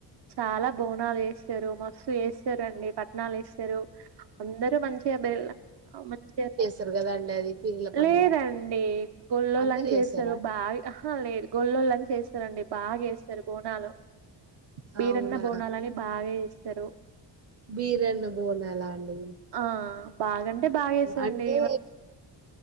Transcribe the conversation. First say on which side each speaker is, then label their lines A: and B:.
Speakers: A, on the right (about 65°); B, on the right (about 35°).
A: చాలా బోనాలు చేస్తారు మస్తు చేస్తారండి పట్టనాలు వేస్తారు అందరు మంచిగా మంచిగా
B: సర్గద అండి అది పీర్ల పండుగ
A: లేదండి గొల్లోళ్ళని
B: అందరు
A: చేస్తారు
B: చేసారా
A: బాగా ఆహా లేదు గొల్ల్లోళ్ళని చేస్తారు స్తారండి బాగా చేస్తారు బోనాలు బీరన్న
B: అవునా
A: బోనాలని బాగా చేస్తారు
B: బీరన్న బోనలా అండి
A: ఆ బాగాంటే బాగా చేస్తారండి
B: అంటే